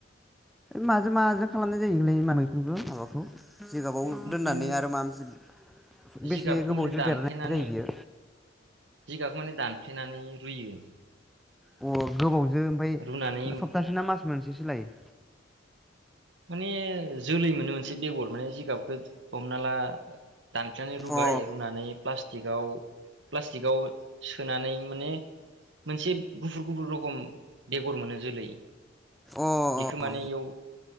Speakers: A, in the centre; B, on the right.
A: माजों माजों खालामनाय जायोमोनलाय <unintelligible> मैखुनखौ माबाखौ जिगाबाव
B: मैखुनखौ
A: दोननानै आरो माबा मोनसे बेसे
B: जिगाबखौ
A: गोबावजों
B: माने दानफ्लेनानै
A: बेरनाय जायो बियो
B: जिगाबखौ माने दानफ्लेनानै रुयो
A: अ गोबावजो ओमफाय
B: रुनानै
A: सप्तासे ना मास मोनसे एसो लायो
B: माने जोलै मोनो मोनसे बेगर माने जिगाबखौ हमना ला दानफ्लेनानै रुबाय
A: अ
B: रुनानै प्लास् टिकआव प्लास्टिकआव सोनानै माने मोनसे गुफुर गुफुर रखम बेगर मोनो जोलै
A: अ
B: बेखौ माने
A: अ
B: इयाव